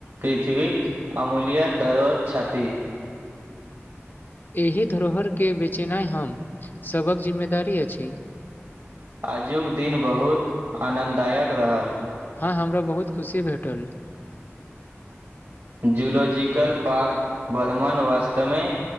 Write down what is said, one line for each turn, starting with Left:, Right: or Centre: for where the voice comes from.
Right: पृथ्वीक अमूल्य धरोहर छथी
Left: एहि धरोहर के बेचेनाय हम सबक जिम्मेदारी अछि
Right: आजुक दिन बहुत आनन्ददायक रहल
Left: हँ हमरा बहुत खुशी भेटल
Right: जूलॉजिकल पार्क बर्धमान वास्तवमे